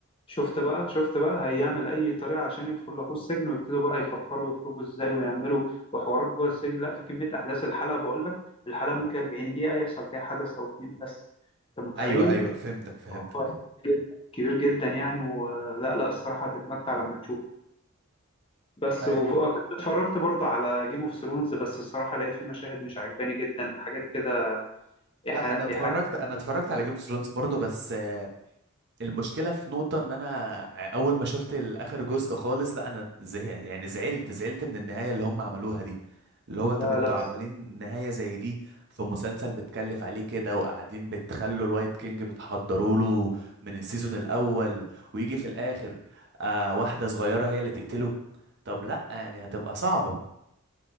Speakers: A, on the left; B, on the right.
A: شفت بقى شفت بقى هيعمل أي طريقة عشان يدخل لأخوه السجن ويبتدوا بقى يفكروا يخرجوا إزاي ويعملوا وحوارات جوه السجن لا في كمية أحداث الحلقة بقول لك الحلقة ممكن 40 دقيقة يحصل فيها حدث أو اتنين بس أنت متخيل
B: ايوه ايوه فهمتك فهمتك
A: هو كبير جدا يعني ولا لا لا، الصراحة هتتمتع لما تشوف بس
B: أي...
A: وكنت اتفرجت برضه على جيم اوف ثرونز بس الصراحه لقيت فيه مشاهد مش عجباني جدا حاجات كده ايحاء
B: لا انا اتفرجت
A: ايحاء
B: انا اتفرجت على جيم اوف ثرونز برضو بس آه، المشكله في نقطه ان انا آه، اول ما شفت اخر جزء خالص لا انا زهقت يعني زعلت زعلت من النهايه اللي هم عملوها دي اللي هو طب
A: لا
B: انتوا
A: لا
B: عاملين
A: الص-
B: نهايه زي دي في مسلسل متكلف عليه كده وقاعدين بتخلوا الوايت كينج بتحضروا له من السيزون الاول ويجي في الاخر آه واحده صغيره هي اللي تقتله طب لا يعني هتبقى صعبه